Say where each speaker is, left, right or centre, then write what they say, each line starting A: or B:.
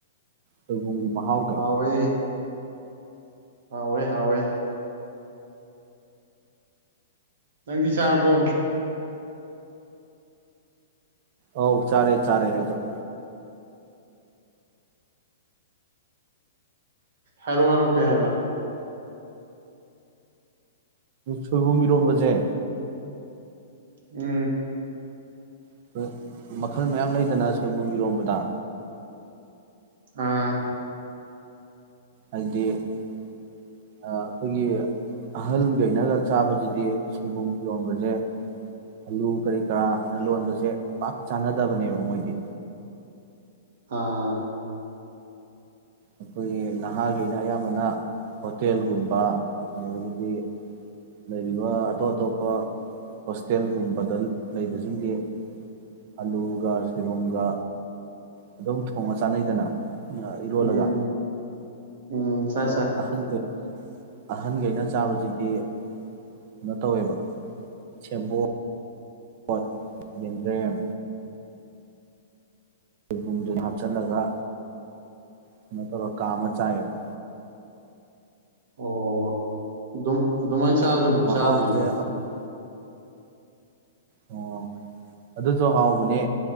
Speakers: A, on the right; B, on the right.
A: ꯁꯣꯏꯕꯨꯝꯒꯤ ꯃꯍꯥꯎꯗꯣ
B: ꯍꯥꯎ ꯑꯣꯏ ꯍꯋꯦ ꯍꯋꯦ ꯆꯪꯗꯤ ꯆꯔꯔꯕꯣ
A: ꯍꯥꯎ ꯆꯔꯦ ꯆꯔꯦ ꯍꯥꯏꯗ
B: ꯍꯥꯏꯔꯛꯑꯣ ꯍꯥꯏꯔꯛꯑꯣ ꯀꯩ ꯍꯥꯏꯕ꯫
A: ꯁꯣꯏꯕꯨꯝ ꯏꯔꯣꯝꯕꯖꯦ꯫
B: ꯎꯝ꯫
A: <unintelligible> ꯃꯈꯜ ꯃꯌꯥꯝ ꯂꯩꯗꯅ ꯁꯣꯏꯕꯨꯝ ꯏꯔꯣꯝꯕꯗ꯫
B: ꯑꯥ꯫
A: ꯍꯥꯏꯗꯤ ꯑꯥ ꯑꯩꯈꯣꯏꯒꯤ ꯑꯍꯜꯈꯩꯅꯒ ꯆꯥꯕꯁꯤꯗꯤ ꯁꯣꯏꯕꯨꯝ ꯏꯔꯣꯝꯕꯖꯦ ꯑꯂꯨ ꯀꯔꯤ ꯀꯔꯥꯅ ꯂꯣꯟꯕꯖꯦ ꯄꯥꯛ ꯆꯥꯅꯗꯕꯅꯦꯕ ꯃꯣꯏꯗꯤ꯫
B: ꯑꯥ꯫
A: ꯑꯩꯈꯣꯏꯒꯤ ꯅꯍꯥꯒꯩꯅ ꯑꯌꯥꯝꯕꯅ ꯍꯣꯇꯦꯜꯒꯨꯝꯕ ꯑꯗꯨꯗꯒꯤꯗꯤ ꯂꯩꯔꯤꯕ ꯑꯇꯣꯞ ꯑꯇꯣꯞꯄ ꯍꯣꯁꯇꯦꯜꯒꯨꯝꯕꯗ ꯂꯩꯕꯁꯤꯡꯗꯤ ꯑꯂꯨꯒ ꯁꯣꯏꯕꯨꯝꯒ ꯑꯗꯨꯝ ꯊꯣꯡꯉ ꯆꯥꯟꯅꯩꯗꯅ꯫ ꯑꯥ ꯏꯔꯣꯜꯂꯒ꯫
B: ꯎꯝ ꯎꯝ ꯆꯥꯏ
A: ꯗꯣ
B: ꯆꯥꯏ
A: ꯑꯍꯟꯒꯩꯅ ꯑꯍꯟꯒꯩꯅ ꯆꯥꯕꯁꯤꯗꯤ ꯀꯩꯅꯣ ꯇꯧꯋꯦꯕ ꯁꯦꯕꯣꯠ ꯌꯦꯟꯗ꯭ꯔꯦꯝ꯫ ꯁꯣꯏꯕꯨꯝꯖꯤꯟ ꯍꯥꯞꯆꯤꯜꯂꯒ ꯀꯩꯅꯣ ꯇꯧꯔ ꯀꯥꯝꯃ ꯆꯥꯏꯌꯦꯕ꯫
B: ꯑꯣ ꯑꯗꯨꯝ ꯑꯗꯨꯃꯥꯏ ꯆꯥ ꯆꯥꯗ꯭ꯔꯤꯕꯧ
A: ꯃꯍꯥꯎꯁꯦ
B: ꯆꯥꯗ꯭ꯔꯤ꯫
A: ꯑꯃꯨꯛ ꯑꯣ ꯑꯗꯨꯁꯨ ꯍꯥꯎꯕꯅꯦ